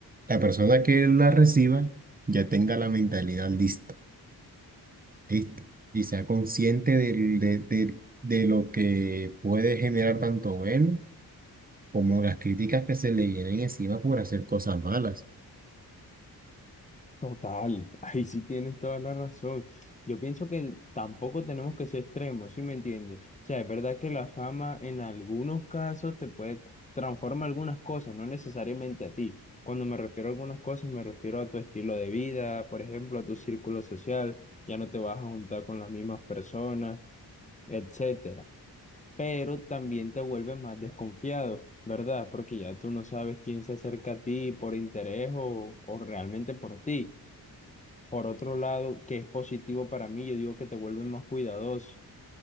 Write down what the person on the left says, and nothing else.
total, <laughs> ahí sí tienes toda la razón. Yo pienso que tampoco tenemos que ser extremos, ¿sí me entiendes? O sea, es verdad que la fama en algunos casos te puede transformar algunas cosas, no necesariamente a ti. Cuando me refiero a algunas cosas, me refiero a tu estilo de vida, por ejemplo, a tu círculo social, ya no te vas a juntar con las mismas personas, etcétera pero también te vuelves más desconfiado, ¿verdad? Porque ya tú no sabes quién se acerca a ti por interés o, o realmente por ti. Por otro lado, que es positivo para mí, yo digo que te vuelves más cuidadoso,